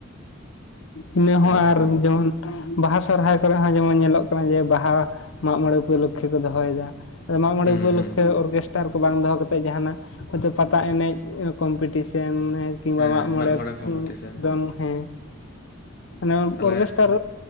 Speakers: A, on the left; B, on the left.
A: ᱤᱱᱟᱹ ᱦᱚᱸ
B: ᱡᱟᱦᱟᱱᱟᱜ
A: ᱟᱨ
B: ᱠᱚᱢ
A: ᱡᱮᱢᱚᱱ ᱵᱟᱦᱟ ᱥᱚᱨᱦᱟᱭ ᱠᱚᱨᱮᱜ ᱦᱚᱸ ᱡᱮᱢᱚᱱ ᱧᱮᱞᱚᱜ ᱠᱟᱱᱟ, ᱡᱮ ᱵᱟᱦᱟ ᱢᱟᱜᱽ ᱢᱚᱬᱮ ᱩᱯᱚᱞᱚᱠᱷᱮ ᱠᱚ ᱫᱚᱦᱚᱭ ᱫᱟ᱾ ᱟᱫᱚ ᱢᱟᱜ ᱢᱲᱟᱮ
B: ᱦᱩᱸ
A: ᱩᱯᱚᱞᱚᱠᱷᱮ
B: ᱦᱩᱸ
A: ᱚᱨᱠᱮᱨ ᱱᱮᱛᱟᱨ ᱠᱚ ᱵᱟᱝ ᱫᱚᱦᱚ ᱠᱟ ᱠᱟᱛᱮᱫ, ᱡᱟᱦᱟᱱᱟᱜ ᱦᱳᱭ ᱛᱳ ᱯᱟᱛᱟ ᱮᱱᱮᱡ, ᱠᱚᱢᱯᱤᱴᱤᱥᱮᱱ ᱠᱤᱢᱵᱟ
B: ᱦᱮᱸ
A: ᱢᱟᱜᱽ
B: ᱦᱮᱸ
A: ᱢᱚᱬᱮ
B: ᱢᱟᱜ ᱠᱚᱢᱯᱤᱴᱤᱥᱮᱱ
A: ᱫᱚᱱ ᱦᱮᱸ ᱾ ᱢᱟᱱᱮ
B: ᱛᱟᱦᱚᱞᱮ
A: ᱚᱨᱠᱮᱥᱴᱟᱨ